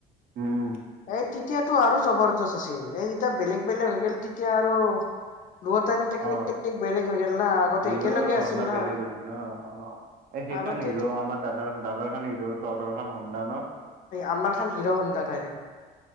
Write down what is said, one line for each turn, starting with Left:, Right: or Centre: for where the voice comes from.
Right: উম‌।
Left: এ তেতিয়াতো আৰু জবৰদস্ত আছিল। এই যেতিয়া বেলেগ বেলেগ হৈ গল তেতিয়া আৰু দুয়োটাৰে টেকনিক
Right: অ
Left: টেকনিক বেলেগ হৈ গ'ল না আগতে
Right: হিৰ'
Left: একেলগে
Right: আৰু
Left: আছিল
Right: হন্দা
Left: না
Right: বেলেগ হলি ন অই <unintelligible>
Left: আগতেতো
Right: তাৰ হিৰো আমাৰ দাদাৰ দাদাৰ খান হিৰো তহতৰ খ হন্দা ন?
Left: আমাৰ খান হিৰো হণ্ডা দাইৰেক।